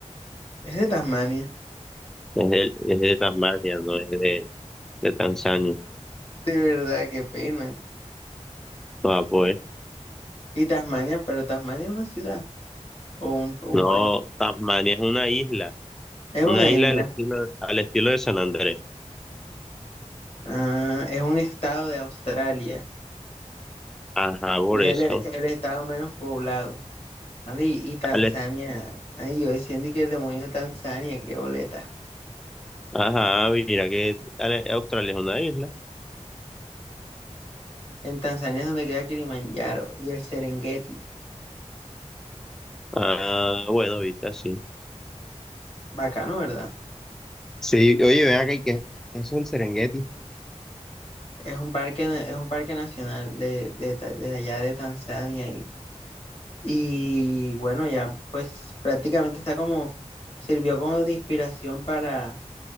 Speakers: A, on the left; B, in the centre.
A: Es de Tasmania.
B: Es, el, es de Tasmania, no es de, de Tanzania.
A: De verdad, qué pena.
B: No, pues.
A: Y Tasmania, pero Tasmania es una ciudad o un, un
B: No,
A: país.
B: Tasmania es una isla.
A: Es
B: Una
A: una
B: isla
A: isla.
B: al estilo, al estilo de San Andrés.
A: Ah, es un estado de Australia.
B: Ajá, por
A: Y es
B: eso.
A: el el estado menos poblado. Andy, y Tanzania.
B: Al est-
A: Ay, yo decía Andy, que el demonio de Tanzania, qué boleta.
B: ajá, mira que Ale- Australia es una isla.
A: En Tanzania es donde queda Kilimanjaro y el Serengeti.
B: Ah, bueno, viste así.
A: Bacano, ¿verdad?
B: Sí, oye, ven acá, ¿y qué es eso el Serengeti?
A: Es un parque, na- es un parque nacional de, de, ta- de allá de Tanzania. Y, y bueno, ya pues prácticamente está como, sirvió como de inspiración para